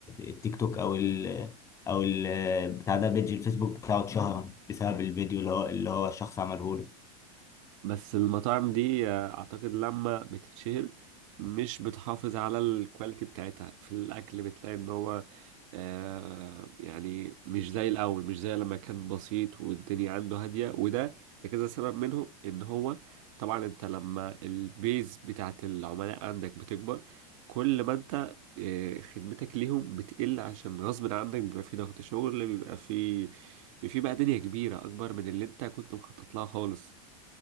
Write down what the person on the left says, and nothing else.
التيك توك او ال او ال بتاع ده بيج الفيسبوك بتاعه اتشهر بسبب الفيديو اللي هو اللي هو الشخص عمله له